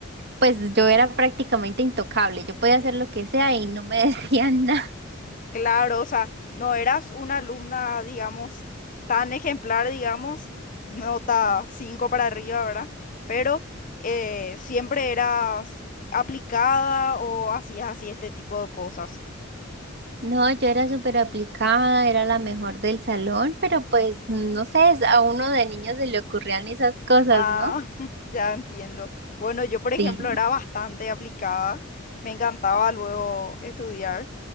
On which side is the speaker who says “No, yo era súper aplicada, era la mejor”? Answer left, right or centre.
Right